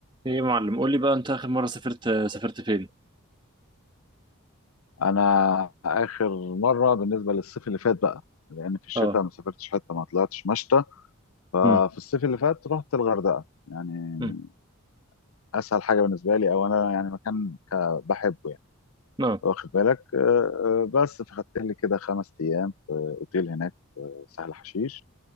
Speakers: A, on the right; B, on the left.
A: ايه يا معلم قول لي بقى انت اخر مره سافرت سافرت فين
B: انا اخر مره بالنسبه للصيف اللي فات بقى لان في الشتاء
A: اه
B: ما سافرتش حته ما طلعتش مشتى ففي
A: امم
B: الصيف اللي فات رحت الغردقه يعني
A: امم
B: اسهل حاجه بالنسبه لي او انا يعني مكان ك- بحبه يعني
A: اه
B: واخد بالك آه، آه، بس فخدت لي كده خمس ايام في اوتيل هناك في سهل حشيش